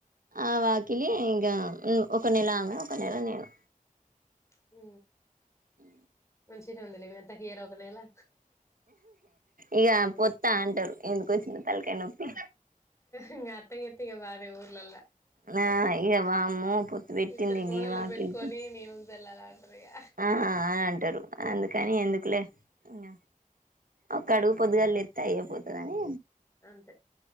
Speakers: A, on the right; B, on the left.
A: ఆ వాకిలి ఇంకా ఒక నెల ఆమె ఒక నెల నేను
B: హ
A: అ
B: మంచిగా ఉంది లే ఎంత కీర ఒక నేలా
A: ఇగ పొత్త అంటారు ఎందుకు వచ్చిన తలకై నొప్పి
B: ఇం అత్తక అత్త వార ఊర్ల
A: నా ఇక వామ్మో పొత్ పెట్టింది
B: ఇద్దరు కోడళ్ళ
A: ఇగ వాకితే
B: పెట్టుకొని నేను జల్లాల అంటారు ఇగ
A: ఆ అ అంటారు అందుకని ఎందుకులే ఇంగ ఒక్కడుగు పొద్దుగళ్ల లేత్తే అయ్యే పోతదని
B: అంతే